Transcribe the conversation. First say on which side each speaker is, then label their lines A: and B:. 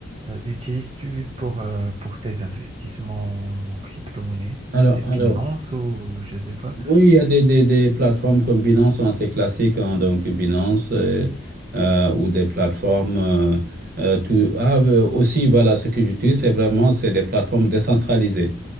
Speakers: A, on the right (about 30°); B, on the right (about 50°).
A: euh, utilises-tu pour, euh, pour tes investissements en crypto-monnaie?
B: Alors,
A: C'est
B: alors,
A: Binance ou je sais pas.
B: oui, il y a des, des, des plateformes comme Binance, hein, c'est classique, hein, donc Binance, euh, euh, ou des plateformes... euh, euh, tout... Ah, euh, aussi, voilà, ce que j'utilise, c'est vraiment, c'est des plateformes décentralisées.